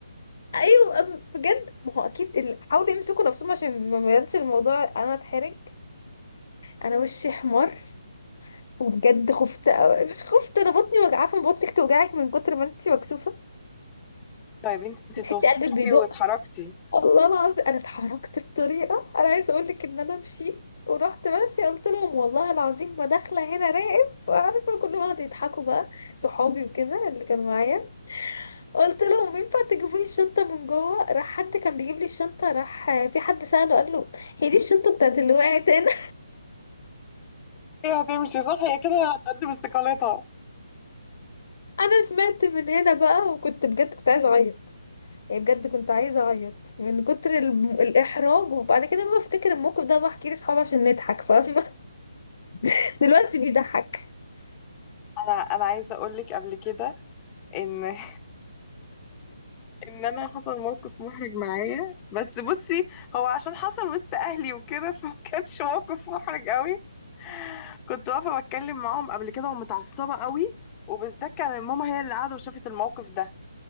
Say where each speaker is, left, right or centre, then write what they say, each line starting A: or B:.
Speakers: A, on the left; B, on the left.
A: ايوه أم- بجد ما هو اكيد ال- حاولوا يمسكوا نفسهم عشان ما ما يبانش الموضوع انا اتحرج انا وشي احمر وبجد خفت أوي. مش خفت انا بطني وجعاه فما بطنك توجعك من كتر ما انت مكسوفه
B: طيب انت انت
A: بتحسي
B: توترتي
A: قلبك بيدق
B: واتحركتي
A: الله العظيم انا اتحركت بطريقه انا عايزه اقول لك ان انا مشيت ورحت ماشيه قلت لهم والله العظيم ما داخله هنا راقب عارفه كلهم قعدوا يضحكوا بقى صحابي وكده اللي كانوا معايا قلت لهم ينفع تجيبوا لي الشنطه من جوه راح حد كان بيجيب لي الشنطه راح في حد ساله قال له هي دي الشنطه بتاعت اللي وقعت هنا
B: هي هتمشي صح هي كده هتقدم استقالتها
A: <laughs> انا سمعت من هنا بقى وكنت بجد كنت عايزه اعيط يعني بجد كنت عايزة أعيط من كتر ال- الإحراج وبعد كده ما بفتكر الموقف ده بحكي لأصحابي عشان نضحك فاهمة <laughs> دلوقتي بيضحك
B: انا انا عايزه اقول لك قبل كده ان <laughs> ان انا حصل موقف محرج معايا بس بصي هو عشان حصل وسط اهلي وكده <laughs> فما كانش موقف محرج قوي كنت واقفه بتكلم معاهم قبل كده ومتعصبه قوي وبالذات كان ماما هي اللي قاعده وشافت الموقف ده